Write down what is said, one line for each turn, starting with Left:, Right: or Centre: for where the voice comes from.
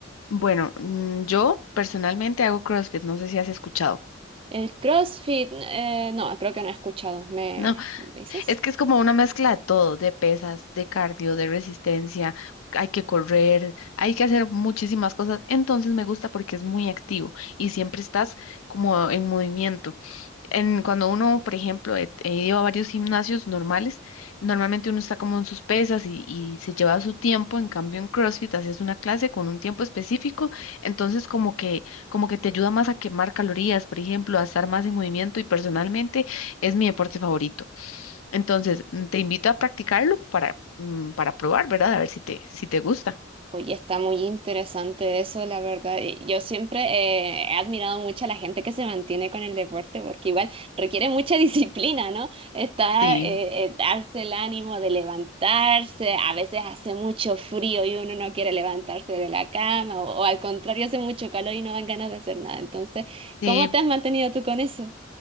Left: Bueno, mm, yo personalmente hago CrossFit, no sé si has escuchado.
Right: El CrossFit, eh, no, creo que no he escuchado. ¿Me,
Left: No,
Right: me dices?
Left: es que es como una mezcla de todo, de pesas, de cardio, de resistencia, hay que correr, hay que hacer muchísimas cosas. Entonces me gusta porque es muy activo y siempre estás como en movimiento. en- cuando uno, por ejemplo, he, he ido a varios gimnasios normales, normalmente uno está como en sus pesas y, y se lleva su tiempo, en cambio en CrossFit haces una clase con un tiempo específico, entonces como que, como que te ayuda más a quemar calorías, por ejemplo, a estar más en movimiento y personalmente es mi deporte favorito. Entonces, mm, te invito a practicarlo para, mm, para probar, ¿verdad? A ver si te, si te gusta.
Right: Oye, está muy interesante eso, la verdad. Y Yo siempre eh, he admirado mucho a la gente que se mantiene con el deporte, porque igual requiere mucha <laughs> disciplina, ¿no? Está
Left: Sí.
Right: eh, eh, darse el ánimo de levantarse, a veces hace mucho frío y uno no quiere levantarse de la cama, o, o al contrario, hace mucho calor y no dan ganas de hacer nada. Entonces,
Left: Sí,
Right: ¿cómo te has mantenido tú con eso?